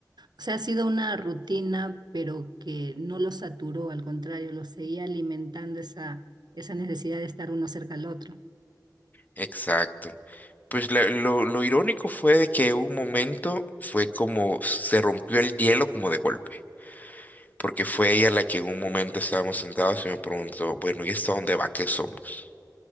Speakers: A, on the right (about 75°); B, on the left (about 25°).
A: O sea, ha sido una rutina, pero que no lo saturó, al contrario, lo seguía alimentando esa, esa necesidad de estar uno cerca al otro.
B: Exacto. Pues la- lo, lo irónico fue de que un momento fue como se rompió el hielo como de golpe, porque fue ella la que en un momento estábamos sentados y me preguntó, bueno, ¿y esto a dónde va? ¿Qué somos?